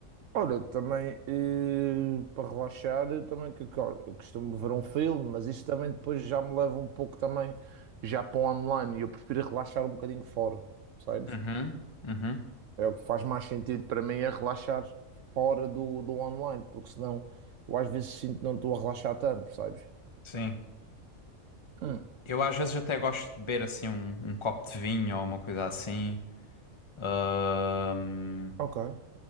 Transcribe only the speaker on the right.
Olha, também eh, para relaxar, eu também que que, olha, eu costumo ver um filme, mas isso também depois já me leva um pouco também já para o online. e Eu prefiro relaxar um bocadinho fora, sabes?
É o que faz mais sentido para mim é relaxar fora do, do online, porque senão eu às vezes sinto que não estou a relaxar tanto, percebes?
Hum,
ok,